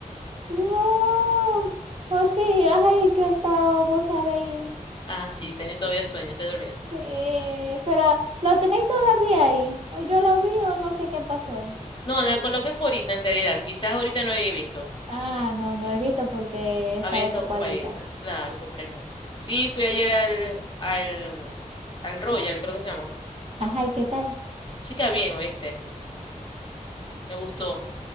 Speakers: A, on the right; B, on the left.
A: No. Oh, sí, ay, que he estado, vos sabéis.
B: Ah, sí, tenía todavía sueño, estoy dormida.
A: Eh, pero, ¿lo tenéis todavía ahí? ¿O yo lo vi o no sé qué pasó?
B: No, la coloqué fue ahorita en realidad, quizás ahorita no había visto.
A: Ah, no, no he visto porque he estado
B: Había estado
A: ocupadita.
B: ocupadita, claro, comprendo. Sí, fui ayer al, al, al Royal, creo que se llama.
A: Ajá, ¿y qué tal?
B: Chica, bien, ¿oíste? Me gustó.